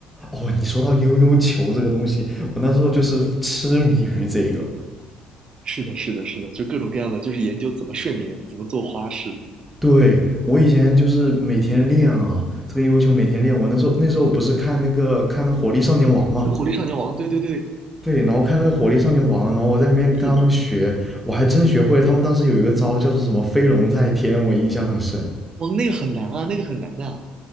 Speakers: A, in the centre; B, on the right (about 45°).
A: 哦，你说到悠悠球这个东西，我那时候就是痴迷于这个。
B: 是的，是的，是的，就各种各样的，就是研究怎么睡眠，怎么做花式。
A: 对，我以前就是每天练啊，这个悠悠球每天练。我那时候那时候不是看那个看那火力少年王嘛，
B: 那《火力少年王，对对对，
A: 对，然后看那个火力少年王啊，然后我在里面跟他们学，
B: 是的，
A: 我还真学会了。他们当时有一个招叫做什么飞龙在天，我印象很深。
B: 哦，那个很难啊，那个很难的啊。